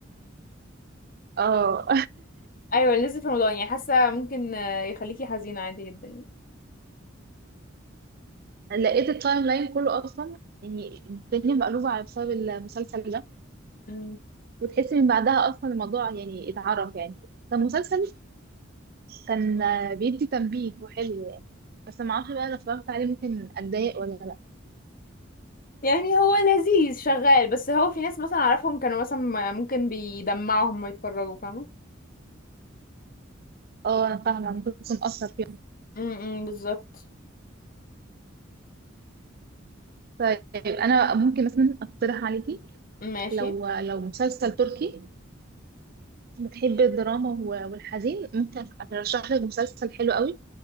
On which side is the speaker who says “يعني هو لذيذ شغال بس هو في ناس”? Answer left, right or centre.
Left